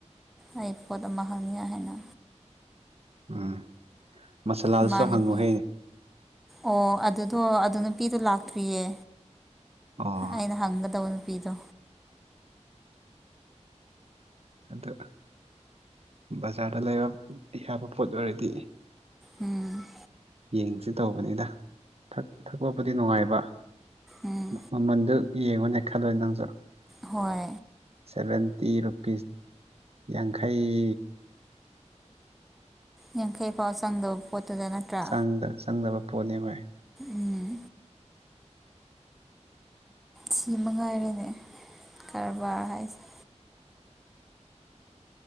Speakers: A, in the centre; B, on the right.
A: ꯑꯩꯐꯗ ꯃꯍ ꯍ ꯃꯌꯥ ꯍꯟꯅ
B: ꯎꯝ ꯃꯁꯥꯂꯥꯗꯨꯁꯨ
A: ꯏꯃꯥꯟꯅꯕꯤ
B: ꯍꯪꯉꯨꯍꯦꯅꯦ
A: ꯑꯣ ꯑꯗꯨꯗꯣ ꯑꯗꯨ ꯅꯨꯄꯤꯗꯣ ꯂꯥꯛꯇ꯭ꯔꯤꯌꯦ
B: ꯑꯣ
A: ꯑꯩꯅ ꯍꯪꯒꯗꯕ ꯍꯥꯄꯤꯤꯗ
B: ꯑꯗꯨ ꯕꯖꯥꯔꯗ ꯂꯩꯕ ꯌꯥꯕ ꯄꯣꯠ ꯑꯣꯏꯔꯗꯤ
A: ꯎꯝ
B: ꯌꯦꯡꯁꯤ ꯇꯧꯕꯅꯤꯗ ꯊꯛꯄꯕꯨꯗꯤ ꯅꯨꯡꯉꯥꯏꯕ
A: ꯎꯝ
B: ꯃꯃꯟꯗꯨ ꯌꯦꯡꯉꯣꯅꯦ ꯈꯜꯂꯣꯏ ꯅꯪꯁꯨ
A: ꯍꯣꯏ
B: ꯁꯚꯦꯟꯇꯤ ꯔꯨꯄꯤꯁ ꯌꯥꯡꯈꯩ
A: ꯌꯥꯡꯈꯩ ꯐꯥꯎ ꯆꯪꯗꯕ ꯄꯣꯠꯇꯨꯗ ꯅꯠꯇ꯭ꯔꯥ
B: ꯆꯪꯗ ꯆꯪꯗꯕ ꯄꯣꯠꯅꯤ ꯍꯣꯏ
A: ꯎꯝ ꯁꯤ ꯃ ꯉꯥꯏꯔꯦꯅꯦ ꯀꯔꯕꯥꯔ ꯍꯥꯏꯁꯦ